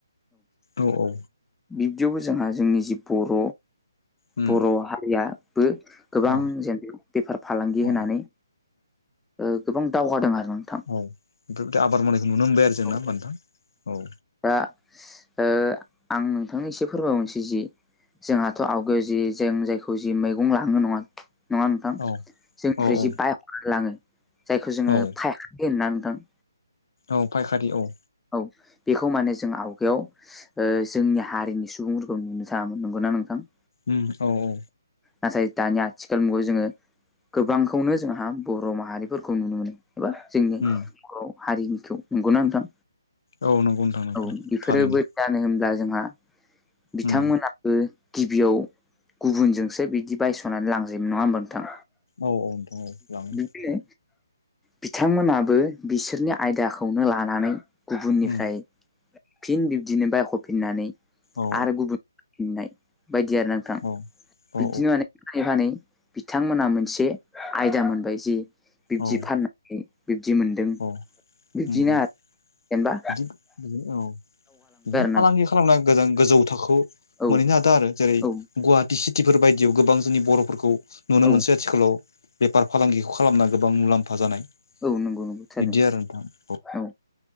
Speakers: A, on the left (about 60°); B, in the centre.
A: औ औ।
B: बिब्दियावबो जोंहा जोंनि जि बर'
A: उम
B: बर' हारियाबो गोबां
A: औ
B: जेनब बेफार फालांगि
A: औ
B: होनानै ओ गोबां दावहगादों आरो नोंथां।
A: औ बेफोरबादि आबाद मावनायखौ नुनो मोनबाय आरो जोंना
B: औ
A: होमबा नोंथां औ।
B: दा ओ आं नोंथांनो एसे फोरमायबावनोसै जि जोंहाथ' आवगोल जि जों जायखौ जि मैगं लाङो नङा नङा नोंथां
A: औ
B: जोंनिफ्राय
A: औ औ
B: जि बायहरना लाङो जायखौ जोङो
A: औ
B: फायखारि होनोना नोंथां
A: औ फायखारि औ।
B: औ बेखौ माने जों आवगायाव ओ जोंनि हारिनि सुबुंफोरखौ नुनो थाङामोन नंगौना नोंथां?
A: उम औ औ।
B: नाथाय दानि आथिखाल मुगायाव जोङो गोबांखौनो जोंहा बर' माहारिफोरखौ नुनो मोनो। एबा जोंनि
A: उम
B: बर' हारिनिखौ नंगौना नोंथां?
A: औ नंगौ नोंथां नंगौ
B: औ बेफोरोबो
A: थारैनो
B: जानो होनब्ला जोंहा बिथांमोना
A: उम
B: बो गिबियाव गुबुनजोंसो बिदि बायस'नानै लांजोबो। नङा होमबा नोंथां?
A: औ औ नोंथां औ लाङो।
B: बिदिनो बिथांमोनाबो बिसोरनि आयदाखौनो लानानै गुबुननिफ्राय
A: उम
B: फिन बिब्दिनो बायख'फिननानै
A: औ
B: आरो गुबुन फिननाय बायदि आरोना नोंथां।
A: औ
B: बिदिनो
A: औ
B: मा फानै फानै बिथांमोना मोनसे आयदा मोनबाय जे बिब्दि
A: औ
B: फानना नै बिब्दि मोनदों
A: औ
B: बिब्दिनो
A: उम उम
B: आरो जेनबा
A: बिदि बिदिनो औ बिदिनो फालांगि
B: ना
A: खालामना गोजान गोजौ थाखोआव
B: औ
A: मोनहैनो हादों आरो जेरै
B: औ
A: गुवाहाटि चिटिफोर बायदियाव गोबां जोंनि बर'फोरखौ नुनो
B: औ
A: मोनसै आथिखालाव बेफार फालांगिखौ खालामना गोबां मुलाम्फा जानाय।
B: औ नंगौ नंगौ। थारैनो
A: बिदि आरो नोंथां।
B: औ